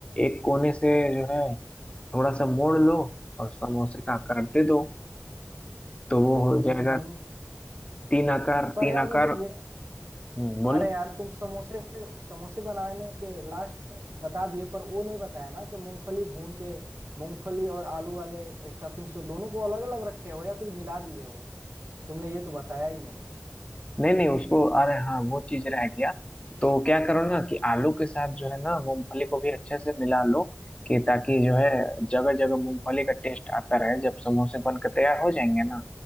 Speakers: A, on the left; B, on the right.
A: एक कोने से जो है थोड़ा सा मोड़ लो और समोसे का आकार दे दो तो वो हो जाएगा
B: हम्म हम्म
A: तीन आकार
B: पर
A: तीन
B: यार
A: आकार
B: मुझे ये
A: हम्म, बोलो
B: अरे यार तुम समोसे समोसे बनाने के लास्ट बता दिए पर वो नहीं बताया ना कि मूंगफली भून के मूंगफली और आलू वाले स्टफिंग से दोनों को अलग अलग रखे हो या फिर मिला दिए हो तुमने ये तो बताया ही नहीं
A: नहीं नहीं उसको अरे हाँ वो चीज रह गया तो क्या करो ना कि आलू के साथ जो है ना मूंगफली को भी अच्छे से मिला लो कि ताकि जो है जगह जगह मूंगफली का टेस्ट आता रहे जब समोसे बन के तैयार हो जाएंगे ना